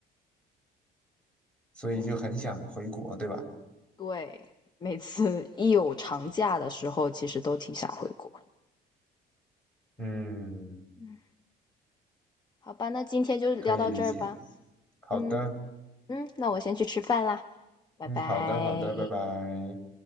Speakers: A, in the centre; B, on the left (about 25°).
A: 所以就很想回国，
B: 哎，
A: 对吧？
B: 对，每次一有长假的时候，其实都挺想回国。
A: 嗯，
B: 嗯，好吧，那今天就聊到这儿吧。
A: 可以理解。好的，
B: 嗯。嗯，那我先去吃饭啦，拜拜。
A: 嗯，好的，好的，拜拜。